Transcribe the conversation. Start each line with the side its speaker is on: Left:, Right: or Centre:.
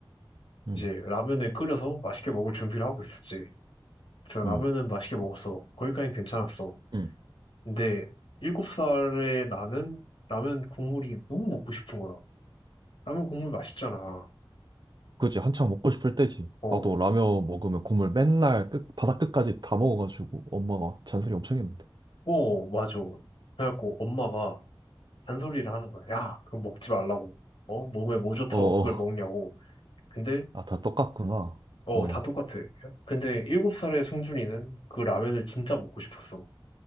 Right: 응
Left: 이제 라면을 끓여서 맛있게 먹을 준비를 하고 있었지. 그래서
Right: 응
Left: 라면은 맛있게 먹었어. 거기까지 괜찮았어.
Right: 응응
Left: 근데 일곱 살에 나는 라면 국물이 너무 먹고 싶은 거야. 라면 국물 맛있잖아.
Right: 그지 한창 먹고 싶을 때지.
Left: 어,
Right: 나도 라면 먹으면 국물 맨날 끝, 바닥 끝까지 다 먹어가지고 엄마가 잔소리 엄청 했는데.
Left: 어, 맞아. 그래갖고 엄마가 잔소리를 하는 거야. 야, 그거 먹지 말라고. 어, 몸에 뭐 좋다고
Right: 어, 어.
Left: 그걸 먹냐고. 근데,
Right: 아, 다 똑같구나.
Left: 어,
Right: 어,
Left: 다 똑같아. 근데 일곱 살의 승준이는 그 라면을 진짜 먹고 싶었어.